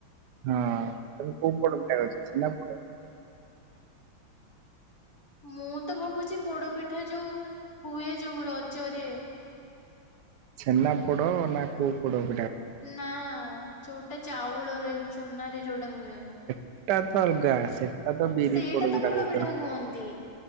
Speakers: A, on the right (about 65°); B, on the left (about 45°).
A: ହଁ ତମେ କୋଉ ପୋଡ଼ ପିଠା କରିଛ ଛେନାପୋଡ଼?
B: ମୁଁ ତ ଭାବୁଚି ପୋଡପିଠା ଯୋଉ ହୁଏ ଯୋଉ ରଜରେ।
A: ଛେନା ପୋଡ଼ ନା କୋଉ ପୋଡ଼?
B: ନା ଯୋଉଟା ଚାଉଳରେ ଚୁନାରେ ଯୋଉଟା ହୁଏ।
A: ହେଟା ତ ଅଲଗା ସେଟା ତ ବିରହି
B: ସେଇଟା
A: ପୋଡ଼
B: ତ
A: ଯୋଉଟା
B: ପୋଡ
A: କୋହୁଚ।
B: ପିଠା କୁହନ୍ତି।